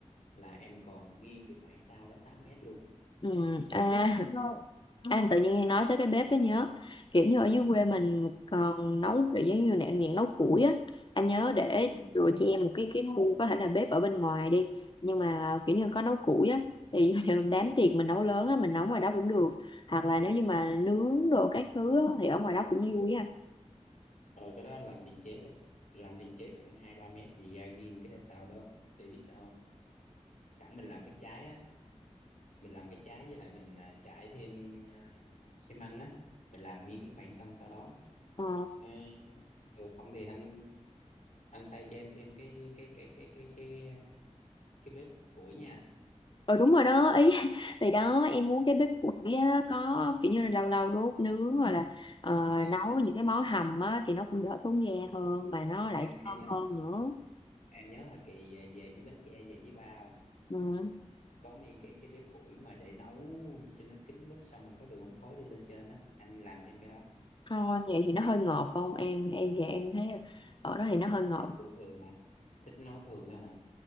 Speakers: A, on the left; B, on the left.
A: Là em còn riêng cái khoảng sau đó 8 mét luôn.
B: Ừ, à, anh tự nhiên nói tới cái bếp cái nhớ kiểu như ở dưới quê mình còn nấu kiểu giống như nè những nấu củi á anh nhớ để
A: Ừ.
B: rồi cho em một cái cái khu có thể là bếp ở bên ngoài đi nhưng mà kiểu như có nấu củi á thì <laughs> ví như đám tiệc mình nấu lớn á mình nấu ngoài đó cũng được hoặc là nếu như mà nướng đồ các thứ á, thì ở ngoài đó cũng vui á
A: ờ cái đó anh làm tiền chế kìa làm tiền chế khoảng hai ba mét gì ra riêng cái sau đó để biết sao không? sẵn mình làm cái trái á mình làm cái trái với lại mình à, trải thêm à, xi măng á mình làm nguyên cái khoảng sân sau đó
B: Ờ
A: à, rồi không thì anh anh xây cho em thêm cái cái cái cái cái cái cái bếp củi nha
B: Ờ đúng rồi đó ý <laughs> thì đó em muốn cái bếp củi á, có kiểu như là lâu lâu đốt nướng hoặc là ờ,
A: em
B: nấu những cái món hầm á, thì nó cũng đỡ tốn ga hơn mà nó lại
A: em em
B: thơm
A: nhớ
B: hơn nữa
A: em nhớ hồi kỳ về với bánh tre về với bao
B: ừ.
A: có miếng cái cái bếp củi mà để nấu cho nó kín bếp xong rồi có đường ống khói đưa lên trên đó, anh làm cho em cái đó
B: thôi vậy thì nó hơi ngọt không em em thì em thấy ở đó thì nó hơi ngọt
A: thích buổi thường hả thích nấu thường đó hả